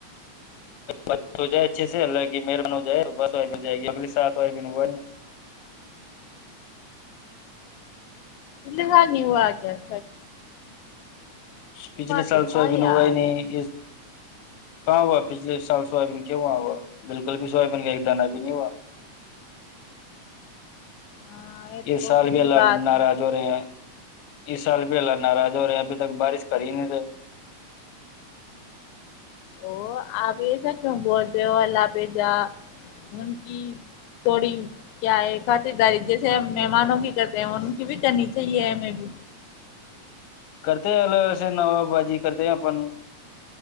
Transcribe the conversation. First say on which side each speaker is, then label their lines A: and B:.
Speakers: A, on the left; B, on the left.
A: بس ہو جائے اچھے سے اللہ کہ مہربن ہو جائے بس وائی مل جائے گی اگلی سات و ہوا نہیں ہے
B: اللہ نہیںو <unintelligible> کیس
A: پچھلے سال
B: تو تھا
A: سویابین
B: یار
A: ہوئے نہیں یہ کہاں ہوا پچھلے سال سویابین کی ہوا ہوا بالکل بھی سویابین کا ایک دان بھی نہیں ہوا
B: ہاں
A: یہ
B: تو بہت
A: سال بھی
B: بری
A: اللہ
B: بات
A: ناراض
B: ہے
A: ہو رہے ہیں اس سال بھی اللہ ناراض ہو رہے ہیں ابھی تک بارش کری نہیں تھے
B: ا آپ ایسا کیوں بولتے ہو اللہ پہ جا ان کی توڑی کیا ہے خاطرداری جیسے ہم مہمانوں کی کرتے ہیں ان کی بھی کرنی چاہیے ہمیں بھی
A: کرتے ہے اللہ سے نو بازی کرتے ہے اپن